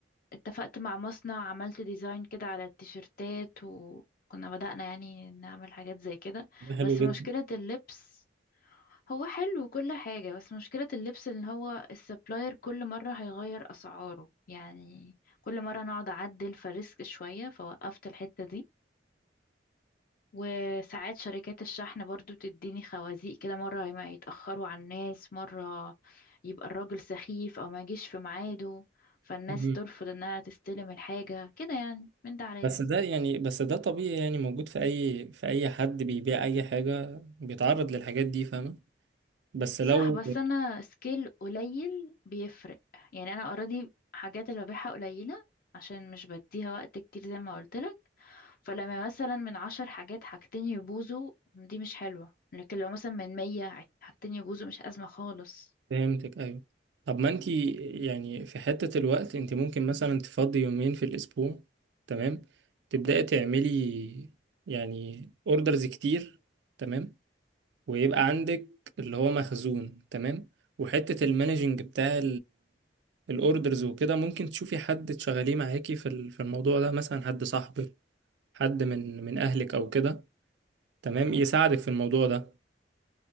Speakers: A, on the left (about 50°); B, on the right (about 70°).
A: اتفقت مع مصنع عملت ديزاين كده على التيشيرتات وكنا بدأنا يعني نعمل حاجات زي كده
B: ده حلو
A: بس
B: جدا
A: مشكلة اللبس هو حلو وكل حاجة بس مشكلة اللبس اللي هو السبلاير كل مرة هيغير أسعاره يعني كل مرة نقعد أعدل فريسك شوية فوقفت الحتة دي وساعات شركات الشحن برضو بتديني خوازيق كده مرة ما يتأخروا على الناس مرة يبقى الراجل سخيف أو ما يجيش في ميعاده فالناس
B: صح
A: ترفض انها تستلم الحاجة كده يعني من ده على
B: بس
A: ده
B: ده يعني بس ده طبيعي يعني موجود في اي في اي حد بيبيع اي حاجة بيتعرض للحاجات دي فاهمة بس
A: صح
B: لو
A: بس انا سكيل قليل بيفرق يعني انا اوريدي حاجات اللي ببيعها قليلة عشان مش بديها وقت كتير زي ما قلت لك فلما مثلا من عشر حاجات حاجتين يبوظوا دي مش حلوة لكن لو مثلا من مية حاجتين يبوظوا مش أزمة خالص
B: فهمتك ايوه طب ما انت يعني في حتة الوقت انت ممكن مثلا تفضي يومين في الاسبوع تمام تبدأي تعملي يعني اوردرز كتير تمام ويبقى عندك اللي هو مخزون تمام وحتة المانجنج بتاع الاوردرز وكده ممكن تشوفي حد تشغليه معاكي في ال- في الموضوع ده مثلا حد صاحبك حد من من اهلك او كده تمام يساعدك في الموضوع ده